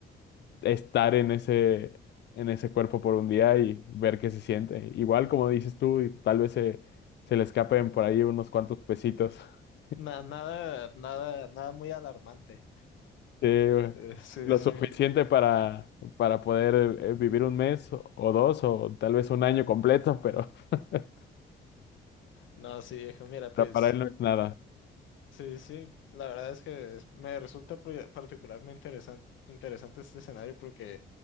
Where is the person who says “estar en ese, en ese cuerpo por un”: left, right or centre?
Left